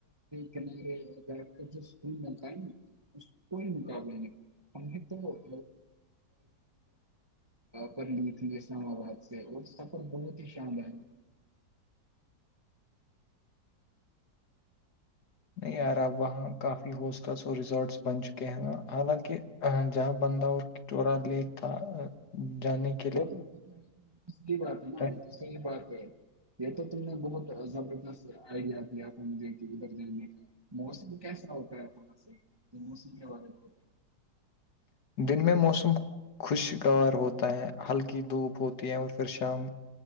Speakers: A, on the right; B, on the left.
A: کنارے اسکول بنتا ہے نا اس کوئی مقابلے نہیں ہم تو <inaudible> پلی تھی اسلام آباد سے اور سفر بہت ہی شاندار تھا
B: نہیں یار اب وہاں کافی ہوسٹلس اور ریزورٹس بن چکے ہیںا حالانکہ جہاں بندہ اور ٹورا لیک تھا جانے کی
A: وہ تو صحیح بات ہے نا
B: ٹریک-
A: تو صحیح بات ہے یہ تو تم نے بہت زبردست آئیڈیا دیا ہم دے کے ادھر جانے کا موسم کیسا ہوتا ہے سے موسم کے حوالے میں
B: دن میں موسم خوشگوار ہوتا ہے ہلکی دھوپ ہو ہیں اور پھر شام